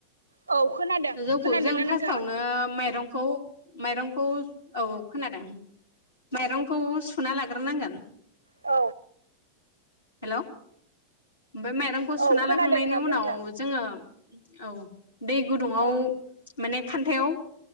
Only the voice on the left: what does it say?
जौखौ
जों फार्स्टावनो
माइरंखौ माइरंखौ औ खोनादों माइरंखौ सुना लाग्रोनांगोन
हेल' बे मेद दानखौ
सुनालाखांनायनि
उनाव
जोङो औ दै गुदुंआव
माने खान्थायाव